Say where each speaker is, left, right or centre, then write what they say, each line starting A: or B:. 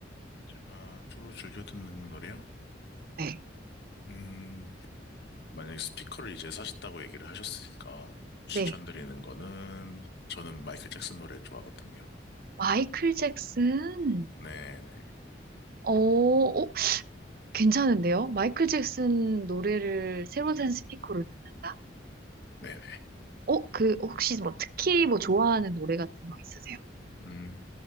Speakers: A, on the left; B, on the right.
A: 제가 주로 즐겨 듣는 노래요?
B: 네.
A: 음, 만약에 스피커를 이제 사셨다고 얘기를 하셨으니까 추천드리는
B: 네.
A: 거는 저는 마이클 잭슨 노래 좋아하거든요.
B: 마이클 잭슨.
A: 네네.
B: 어, 어, 괜찮은데요? 마이클 잭슨 노래를 새로 산 스피커로 듣는다?
A: 네네.
B: 어, 그, 혹시 뭐, 특히 뭐, 좋아하는 노래 같은 거 있으세요?
A: 음,